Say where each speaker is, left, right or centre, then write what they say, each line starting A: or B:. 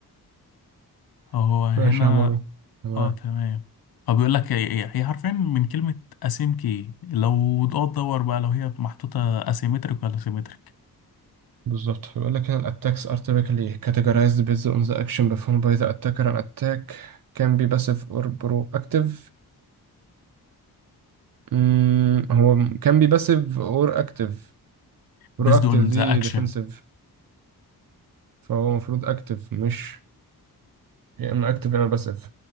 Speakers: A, on the left; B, on the right.
A: هو هنا
B: ماشي يا مارو تمام
A: اه تمام هو بيقول لك هي هي حرفيا من كلمة asym key لو تقعد تدور بقى لو هي محطوطة asymmetric ولا symmetric
B: بالظبط بيقول لك ان attacks are typically categorized based on the action performed by the attacker an attack can be passive or proactive مم، هو can be passive or active proactive
A: based on the
B: دي
A: action
B: defensive فهو المفروض active مش يا اما active يا اما passive